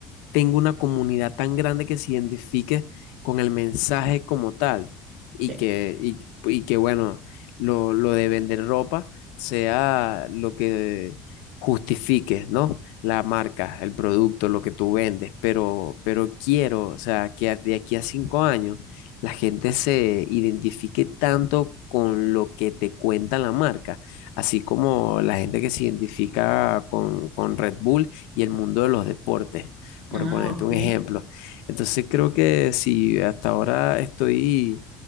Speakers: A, on the left; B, on the right.
A: tenga una comunidad tan grande que se identifique con el mensaje como tal y
B: Sí.
A: que, y, y que bueno, lo, lo de vender ropa sea lo que justifique, ¿no? La marca, el producto, lo que tú vendes, pero, pero quiero, o sea, que a- de aquí a cinco años la gente se identifique tanto con lo que te cuenta la marca, así como la gente que se identifica con, con Red Bull y el mundo de los deportes por
B: Ah,
A: ponerte
B: ok.
A: un ejemplo. Entonces creo que si hasta ahora estoy,